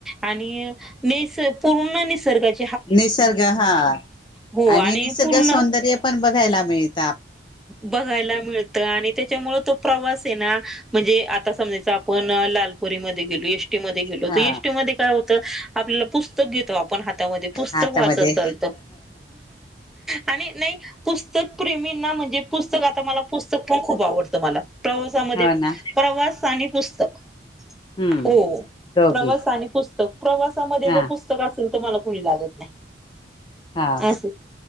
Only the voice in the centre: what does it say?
आणि निस पूर्ण निसर्गाच्या
हो
पूर्ण
बघायला मिळत आणि त्याच्यामुळे तो प्रवास ना. म्हणजे आता समजायच आपण लालपरीमध्ये गेलो एस टी मध्ये गेलो.
त एस टी मध्ये काय होत? आपल्याला पुस्तक घेतो आपण ह तामध्ये. पुस्तक
वाचत चालत आणि नाही पुस्त <unintelligible> ना म्हणजे पुस्तक आता मला पुस्तक पण खूप आवडतं मला प्रवासामध्ये.
प्रवास आणि पुस्तक,
हो
प्रवास आणि पुस्तक. प्रवासामध्ये
जर पुस्तक असल, त मला कुणी लागत नाही.
असे